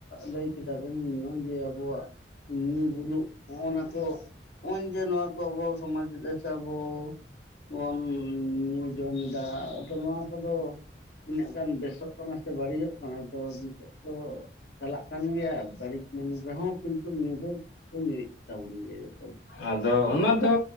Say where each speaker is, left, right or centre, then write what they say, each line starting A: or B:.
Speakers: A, on the left; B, on the left.
A: ᱞᱟᱹᱭ ᱠᱮᱫᱟ ᱵᱮᱱ ᱱᱚᱜᱼᱚᱭ ᱡᱮ ᱟᱵᱚᱣᱟᱜ ᱧᱩ ᱵᱩᱞᱩᱜ ᱚᱱᱟ ᱠᱚ ᱡᱮ ᱱᱚᱣᱟ ᱠᱚ ᱟᱵᱚ ᱥᱚᱢᱟᱡ ᱨᱮ ᱥᱮ ᱟᱵᱚ ᱵᱚᱱ ᱧᱩ ᱡᱚᱢᱮᱫᱟ ᱟᱫᱚ ᱱᱚᱣᱟ ᱠᱚᱫᱚ ᱛᱤᱱᱟᱹᱜ ᱜᱟᱱ ᱵᱮᱥᱚᱜ ᱠᱟᱱᱟ ᱥᱮ ᱵᱟᱹᱲᱤᱡᱚᱜ ᱠᱟᱱᱟ? ᱛᱚ ᱱᱤᱛᱚᱜ ᱛᱚ ᱪᱟᱞᱟᱜ ᱠᱟᱱ ᱜᱮᱭᱟ ᱵᱟᱹᱲᱤᱡ᱾ ᱢᱮᱱ ᱨᱮᱦᱚᱸ ᱠᱤᱱᱛᱩ ᱧᱩ ᱫᱚᱠᱚ ᱧᱩᱭᱮᱫ ᱛᱟᱵᱚᱱ ᱜᱮᱭᱟ ᱡᱚᱛᱚ ᱾
B: ᱟᱫᱚ ᱚᱱᱟ ᱫᱚ